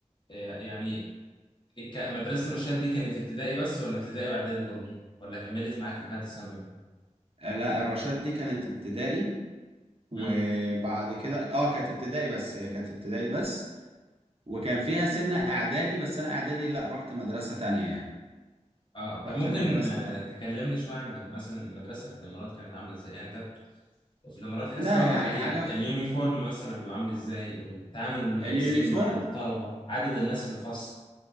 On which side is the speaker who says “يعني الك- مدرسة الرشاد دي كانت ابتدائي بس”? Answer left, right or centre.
Left